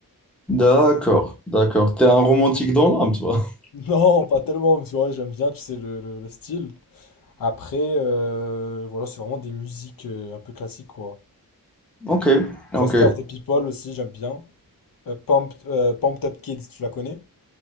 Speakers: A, in the centre; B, on the left (about 70°).
A: D'accord, d'accord. T'es un romantique dans l'âme, toi. <laughs>
B: Non, pas tellement, mais c'est vrai, j'aime bien, tu sais, le, le- le style. Après, euh, voilà, c'est vraiment des musiques euh, un peu classiques, quoi.
A: Ok, ok.
B: Foster the People aussi, j'aime bien. Euh, Pump euh, Pumped Up Kids, tu la connais?